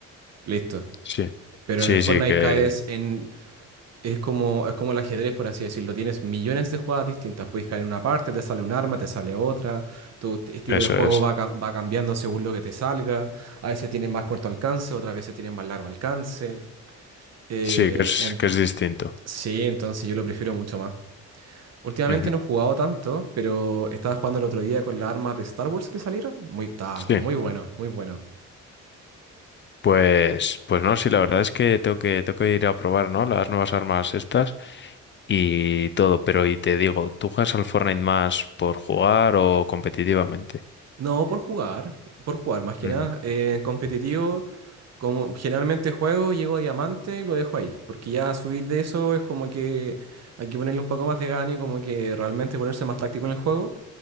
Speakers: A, on the right (about 55°); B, on the left (about 40°).
A: Listo.
B: sí,
A: Pero
B: Sí,
A: en el Fortnite
B: sí, que
A: caes en... Es como, es como el ajedrez, por así decirlo. Tienes millones de jugadas distintas. Puedes caer en una parte, te sale un arma, te sale otra. Tu t- estilo
B: eso
A: de juego
B: es.
A: va, cam- va cambiando según lo que te salga. A veces tienes más corto alcance, otras veces tienes más largo alcance. Eh,
B: Sí, que es,
A: en-
B: que es distinto.
A: sí, entonces yo lo prefiero mucho más. Últimamente
B: Ujú.
A: no he jugado tanto, pero estaba jugando el otro día con las armas de Star Wars que salieron. Muy, está
B: Sí.
A: muy bueno, muy bueno.
B: Pues, pues no, sí, la verdad es que tengo que, tengo que ir a probar, ¿no? Las nuevas armas estas y todo, pero y te digo, ¿tú juegas al Fortnite más por jugar o competitivamente?
A: No, por jugar, por jugar, más que
B: Ujú.
A: nada. Eh, en competitivo, como generalmente juego, llego a diamante y lo dejo ahí, porque ya subir de eso es como que hay que ponerle un poco más de gana y como que realmente ponerse más táctico en el juego.